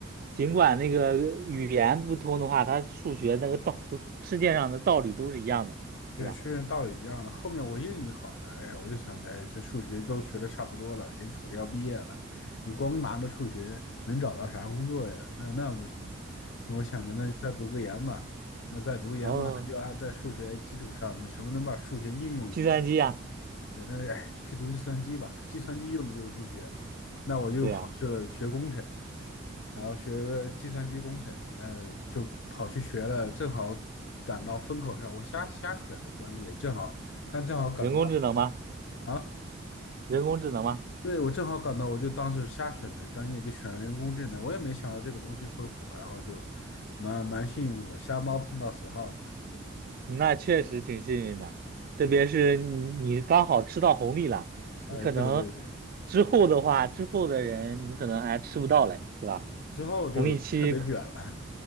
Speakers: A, on the right; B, on the left.
A: 尽管那个语言不通的话，它数学那个道，<laughs> 世界上的道理都是一样的，
B: 对，
A: 对吧？
B: 是道理一样的后面我英语好了，哎，呀，我就想着，哎，这数学都学的差不多了，眼瞅着要毕业了，你光拿着数学能找到啥工作呀？那那不行。我想着，那再读个研吧，那再读研吧，
A: 哦，
B: 那就按在数学基础上，那什么能把数学应用一下？
A: 计算机呀，
B: 对，那哎，去读计算机吧，计算机用的就是数学，那我就跑去了学工程，
A: 对呀，
B: 然后学个计算机工程，呃，就跑去学了，正好赶到风口上，我瞎瞎选的专业，正好，但正好赶到
A: 人工智能吗？
B: 啊，
A: 人工智能吗？
B: 对，我正好赶到，我就当时瞎选的专业，就选了人工智能，我也没想到这个东西会火，然后就蛮蛮幸运的，瞎猫碰到死耗子，
A: 那确实挺幸运的，特别是你你刚好吃到红利了，
B: 哎，
A: 你可能
B: 对对对，
A: 之后的话，之后的人你可能还吃不到嘞，是吧？
B: 之后就特别卷了。
A: 红利期，